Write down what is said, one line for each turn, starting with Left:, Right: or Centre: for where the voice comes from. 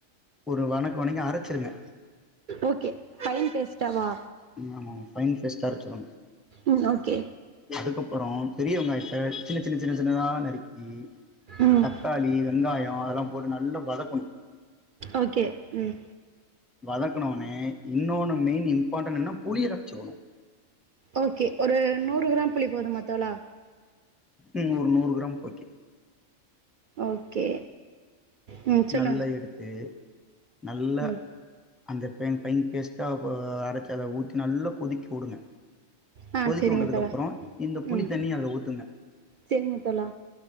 Centre: ஒரு வணக்கு வணங்கி அரைச்சிருங்க.
Right: Okay fine பேஸ்டாவா?
Centre: ம் ஆமாங்க ஃபைன் ஃபேஸ்டா அரச்சரணு.
Right: ம் ஓகே
Centre: அதுக்கப் பறோ பெரிய வெங்காயத்த சின்ன சின்ன சின்ன சின்னதா நறுக்கி
Right: ம்
Centre: தக்காளி வெங்காயோ அதெல்லாம் போட்டு நல்லா வதக்கணு.
Right: ஓகே ம்.
Centre: வதக்கணவொனே இன்னோன்னு மெயின் இம்பாட்டன் என்னா புளிய கரச்சுக்கணு.
Right: ஓகே ஒரு நூறு கிராம் புளி போதுமா தோழா?
Centre: ம் ஒரு நூறு கிராம் போகே.
Right: ஓகே. ம் சொல்லுங்க
Centre: நல்ல எடுத்து நல்ல
Right: ம்
Centre: அந்த பென் பைன் பேஸ்ட்டா ப அரைச்சத ஊத்தி நல்லா கொதிக்க உடுங்க.
Right: ஆ
Centre: கொதிக்க
Right: சரிங்க
Centre: உட்டதுக்கப்புறோ
Right: தோழா
Centre: இந்த புளி
Right: ம்
Centre: தண்ணிய அதுல ஊத்துங்க.
Right: சரிங்க தோழா